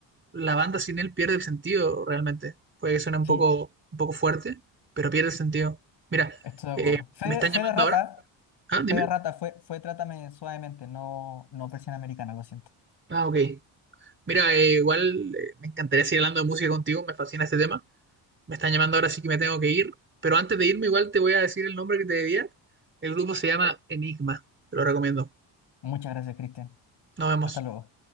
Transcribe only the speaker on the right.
la banda sin él pierde el sentido realmente. Puede que suene un
poco, un poco fuerte, pero pierde el sentido. Mira,
eh,
me están
llamando
ahora. Ah, dime.
Ah, ok. Mira, eh, igual eh, me encantaría seguir hablando de música contigo, me fascina este tema, Me están llamando ahora, sí que me tengo que ir. Pero antes de irme, igual te voy a decir el nombre que te debía. El grupo se llama Enigma. Te lo recomiendo.
Nos vemos.